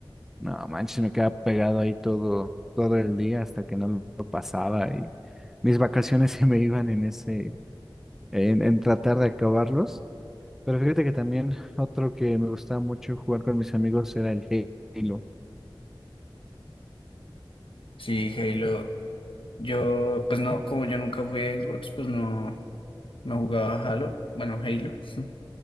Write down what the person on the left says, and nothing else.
Sí, Halo. Yo, pues no, como yo nunca fui a Xbox, pues no, no jugaba Halo, bueno, Halo, <laughs>